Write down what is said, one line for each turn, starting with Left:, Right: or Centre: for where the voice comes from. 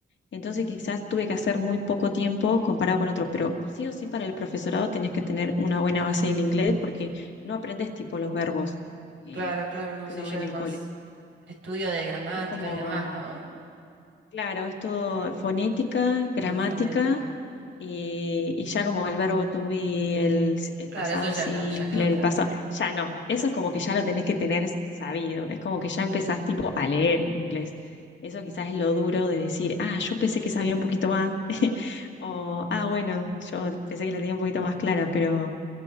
Left: Entonces quizás tuve que hacer muy poco tiempo comparado con otros, pero sí o sí para el profesorado tenés que tener una buena base del inglés porque no aprendes tipo los verbos eh,
Right: Claro, claro, no,
Left: que
Right: sí,
Left: uno
Right: ya
Left: ve en
Right: es
Left: el
Right: más
Left: cole.
Right: estudio de gramática
Left: Es como,
Right: y demás, ¿no?
Left: claro, es todo fonética, gramática
Right: Mm, fonética.
Left: y, y ya como el verbo to be, el, el
Right: Claro,
Left: pasado
Right: eso ya
Left: simple,
Right: no, ya quedó atrás.
Left: el pasado, ya no, eso es como que ya lo tenés que tener sabido, es como que ya empezás tipo a leer inglés. Eso quizás es lo duro de decir, ah, yo pensé que sabía un poquito más, <laughs> o ah, bueno, yo pensé que la tenía un poquito más clara, pero,